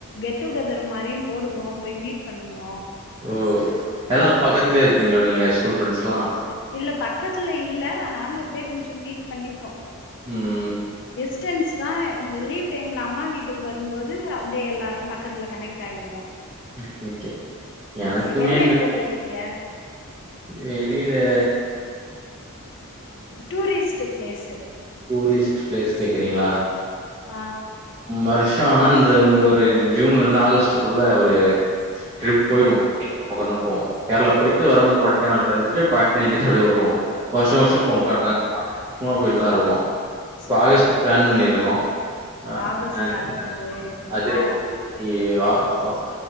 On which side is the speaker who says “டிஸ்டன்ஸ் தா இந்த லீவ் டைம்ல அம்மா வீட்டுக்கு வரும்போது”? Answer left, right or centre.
Left